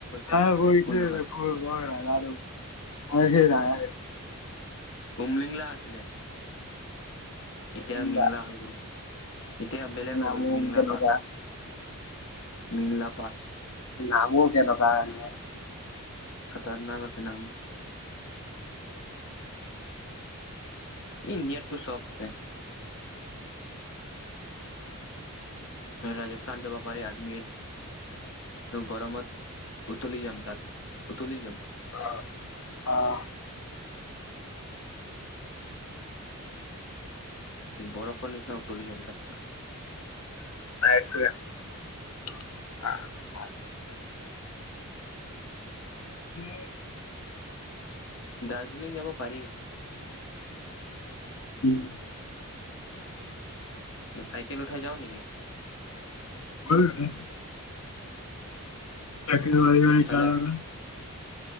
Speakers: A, on the left (about 75°); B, on the left (about 55°).
A: ন
B: পাছ
A: গৈছে
B: কোনটো হয়
A: দেখ মই নাজানো আৰু সেই নাই।
B: উমলিংলা আছিলে। এতিয়া
A: উমলা
B: মিংলা হৈ গ'ল এতিয়া বেলেগ
A: নামলো
B: হৈ গ'ল মিংলা
A: কেনেকুৱা।
B: পাছ মিংলা পাছ
A: নামো কেনেকুৱা এনে।
B: খাতাৰ নাক আছে নাম। ইণ্ডিয়াতটো চ'ব আছে। ৰাজস্থান যাব পাৰে আজমীৰ। গৰমত উতলি যাম, তাত উতলি যাম।
A: আহ, আহ।
B: বৰফৰ নিচিনা উতলি যাম তাত।
A: <unintelligible> উম।
B: দাৰ্জিলিং যাব পাৰি।
A: উম।
B: চাইকেল উঠাই যাওঁ নেকি?
A: বৈল নহ'লে। <unintelligible>
B: ইফালে